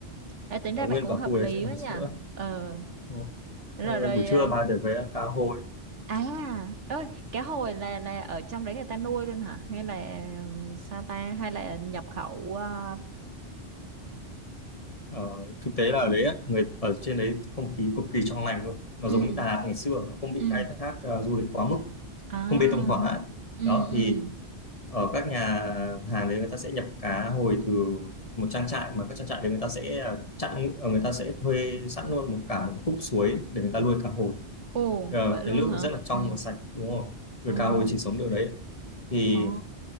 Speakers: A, on the right; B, on the left.
A: Ê, tính ra
B: là nguyên
A: vậy cũng
B: cả
A: hợp
B: khu
A: lý
B: đấy sẽ làm
A: quá nhỉ.
B: sữa
A: Ờ
B: đúng
A: rồi
B: xong rồi
A: rồi
B: buổi trưa
A: ờ,
B: bà thể về ăn cá hồi
A: à ơi cá hồi là là ở trong đấy người ta nuôi luôn hả? Hay là ừm, sao ta hay là nhập khẩu ờ,
B: Ờ, thực tế là ở đấy á, người ở trên đấy không khí cực kỳ trong lành luôn nó
A: ừ
B: giống Đà Lạt ngày xưa nó không bị
A: ừ
B: khai thác ờ, du lịch quá mức
A: à
B: không bê tông hóa
A: ừ
B: đó
A: ừ.
B: thì ở các nhà hàng đấy người ta sẽ nhập cá hồi từ một trang trại mà các trang trại đấy người ta sẽ ờ, chặn ờ, người ta sẽ thuê sẵn luôn một cả một khúc suối để người ta nuôi cá hồi
A: Ồ
B: Ờ,
A: vậy luôn
B: cái nước
A: hả?
B: rất là trong
A: Ừ
B: và sạch đúng không
A: ừ.
B: nuôi cá hồi chỉ sống được đấy thì
A: Ồ.